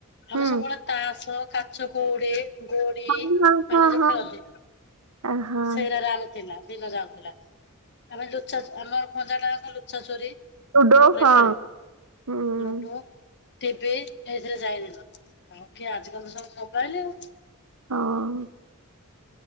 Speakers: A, on the right (about 85°); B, on the left (about 50°).
A: ହୁଁ
B: ଆମେ ସବୁବେଳେ ତାସ, କାଚ କୋଉଡି ଗୋଡି
A: ହଁ ହଁ ହଁ
B: ମାନେ ଯୋଉ
A: ହଁ
B: ଖେଳନ୍ତି
A: ଆ, ହଁ
B: ସେଇରା ଥିଲା ଦିନ ଯାଉଥିଲା ଆମେ ଲୁଚା ଚ ଆମର ଖଞ୍ଜାଟାଙ୍କ ଲୁଚା ଚୋରୀ
A: ଲୁଡୋ
B: ପୁରା
A: ହଁ
B: ଖେଳିଲୁ।
A: ହୁଁ
B: ଲୁଡୁ ଟିବି ଏଇଥିରେ ଯାଏ ଦିନ ଆ କି ଆଜି କାଲି ତ ସବୁ ମୋବାଇଲ ଆଉ।
A: ହଁ।